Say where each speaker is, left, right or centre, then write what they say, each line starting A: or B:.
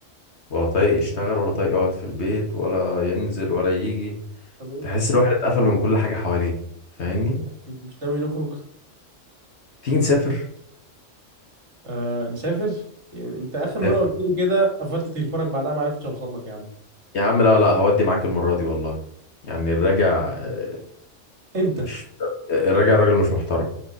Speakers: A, on the left; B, on the right.
A: ولا طايق يشتغل ولا طايق يقعد في البيت ولا ينزل ولا يجي
B: طب ايه
A: تحس الواحد اتقفل من كل حاجه حواليه فاهمني
B: طب إيه؟ مش ناوي نخرج
A: تيجي نسافر
B: أه نسافر يعني انت اخر مرة
A: نسافر
B: قلت لي كده قفلت تليفونك بعدها ما عرفتش اوصل لك يا عم
A: يا عم لا لا هودي معاك المره دي والله يعني الراجع آه،
B: انت
A: مش الراجع راجل مش محترم